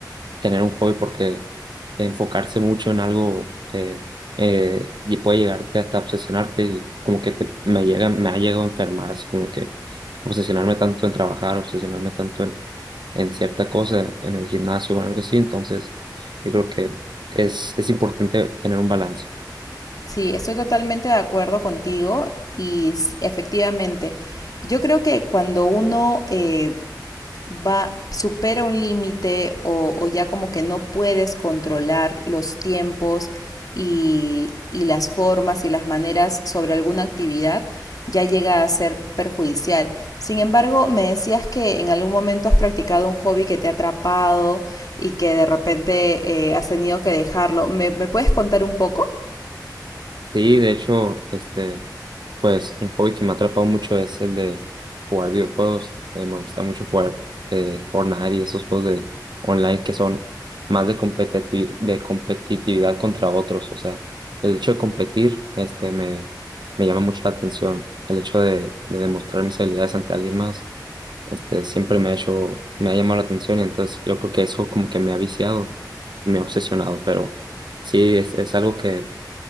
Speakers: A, on the right; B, on the left.
A: tener un hobby porque enfocarse mucho en algo eh, eh, y puede llegarte hasta obsesionarte y como que te- me llega, me ha llegado a enfermar, así como que obsesionarme tanto en trabajar, obsesionarme tanto en, en cierta cosa, en el gimnasio o algo así, entonces yo creo que es, es importante tener un balance.
B: Sí, estoy totalmente de acuerdo contigo y s- efectivamente, yo creo que cuando uno eh, va, supera un límite o, o ya como que no puedes controlar los tiempos y, y las formas y las maneras sobre alguna actividad, ya llega a ser perjudicial. Sin embargo, me decías que en algún momento has practicado un hobby que te ha atrapado y que de repente eh, has tenido que dejarlo. ¿Me, me puedes contar un poco?
A: Sí, de hecho, este, pues un hobby que me ha atrapado mucho es el de jugar videojuegos. Eh, me gusta mucho jugar eh, Fortnite y esos juegos de online que son más de competiti- de competitividad contra otros. O sea, el hecho de competir, este, me, me llama mucho la atención. El hecho de, de demostrar mis habilidades ante alguien más, este, siempre me ha hecho, me ha llamado la atención. Y entonces yo creo que eso como que me ha viciado, me ha obsesionado, pero sí, es, es algo que